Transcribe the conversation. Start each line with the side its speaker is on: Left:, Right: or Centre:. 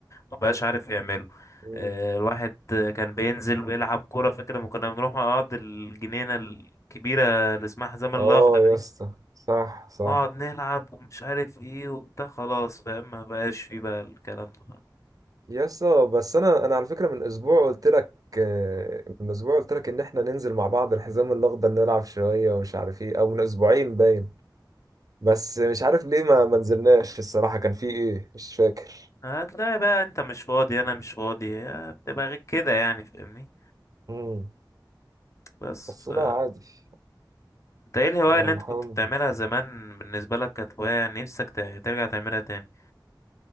Left: ما بقاش عارف يعمله
Right: مم.
Left: آه، الواحد كان بينزل ويلعب كورة فاكر لما كنا بنروح نقعد الجنينة الكبيرة اللي اسمها حزام
Right: اه
Left: الأخضر
Right: يا
Left: دي
Right: اسطى صح صح
Left: نقعد نلعب ومش عارف ايه وبتاع خلاص فاهم ما بقاش فيه بقى الكلام ده
Right: يا اسطى بس انا انا على فكره من اسبوع قلت لك آه، من اسبوع قلت لك ان احنا ننزل مع بعض الحزام الاخضر نلعب شويه ومش عارف ايه او من اسبوعين باين بس مش عارف ليه ما ما نزلناش الصراحه كان في ايه مش فاكر
Left: هتلاقي بقى انت مش فاضي انا مش فاضي هي بتبقى غير كده يعني فاهمني
Right: مم.
Left: بس
Right: بس
Left: ف
Right: لا عادي
Left: انت ايه الهواية
Right: هنحاول
Left: اللي انت كنت بتعملها زمان بالنسبة لك كانت هواية يعني نفسك ت- ترجع تعملها تاني